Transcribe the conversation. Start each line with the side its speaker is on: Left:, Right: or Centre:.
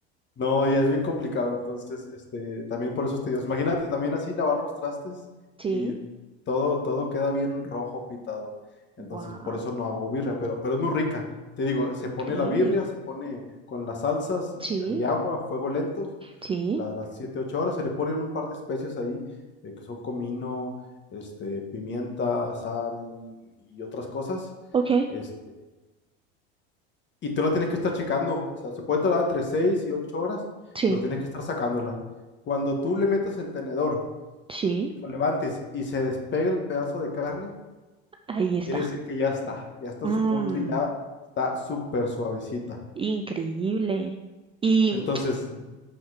Left: No, y es bien complicado, entonces, este, también por eso es tedioso. Imagínate también así lavar los trastes
Right: Sí,
Left: y todo, todo queda bien rojo pintado. Entonces,
Right: wow,
Left: por eso no hago birria, pero, pero es muy rica. Te digo, se
Right: increíble.
Left: pone la birria, se pone con las salsas
Right: Sí,
Left: y agua, fuego lento,
Right: sí,
Left: la- las 7 8 horas, se le ponen un par de especias ahí, eh, que son comino, este, pimienta, sal y otras cosas.
Right: ok,
Left: este, y tú la tienes que estar checando. O sea, se puede tardar entre 6 y 8 horas,
Right: sí,
Left: pero tienes que estar sacándola. Cuando tú le metas el tenedor,
Right: sí,
Left: lo levantes y se despegue el pedazo de carne,
Right: ahí está.
Left: quiere decir que ya está, ya está
Right: Mmm.
Left: en su punto y ya está súper suavecita.
Right: Increíble. Y
Left: Entonces,
Right: <tsk>